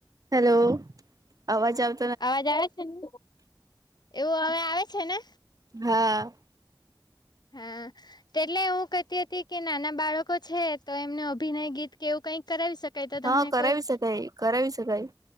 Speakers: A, on the right; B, on the left.
A: હેલો આવાજ આવ
B: અવાજ આવે છે ને, એવું હવે આવે છે ને.
A: હા
B: હા તેટલે હું કેતી હતી કે, નાના બાળકો છે તો એમને અભિનય ગીત કેવું કઈક કરાવી શક કઈ તો તમને
A: હા કરાવી
B: કોઈ
A: શકાય કરાવી શકાય